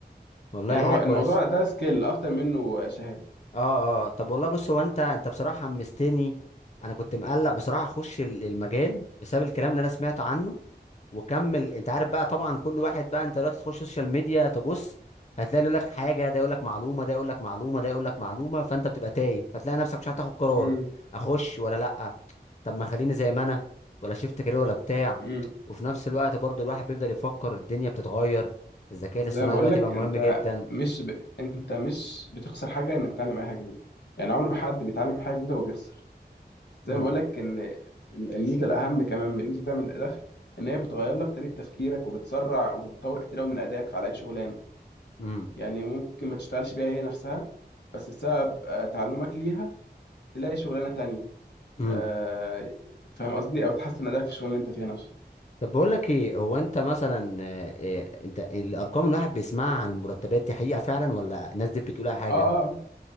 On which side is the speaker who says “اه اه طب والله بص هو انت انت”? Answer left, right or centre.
Left